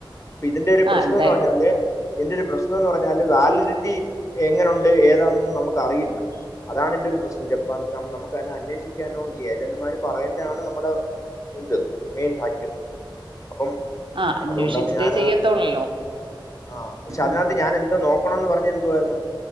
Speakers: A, on the left (about 40°); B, on the right (about 80°).
A: അപ്പൊ ഇതിന്റെ ഒരു
B: ആഹ്
A: പ്രശ്നം
B: എന്തായാലും
A: എന്ന് പറഞ്ഞാല് ഇയിന്റെ ഒരു പ്രശ്നം എന്ന് പറഞ്ഞാല് വാലിഡിറ്റി എങ്ങനുണ്ട് ഏതാന്നൊന്നും നമുക്ക് അറിയില്ല അതാണ് എന്റെ ഒരു പ്രശ്നം ജപ്പാനൊക്കെ്പ നമുക്ക് അതിനെ അന്വേഷിക്കാനോ ഏജന്റുമാര് പറയുന്നതാണ് നമ്മുടെ ഇത് മെയിൻ ഫാക്ട് അപ്പം
B: ആഹ് അന്വേഷിച്ചിട്ടേ
A: അതുകൊണ്ടാണ് ഞാന്
B: ചെയ്യത്തോളല്ലോ
A: ആഹ് പക്ഷെ
B: ഉം
A: അതിനകത്ത്
B: ഉം
A: ഞാൻ എന്താ നോക്കണംന്ന് പറഞ്ഞത് എന്താരുന്നു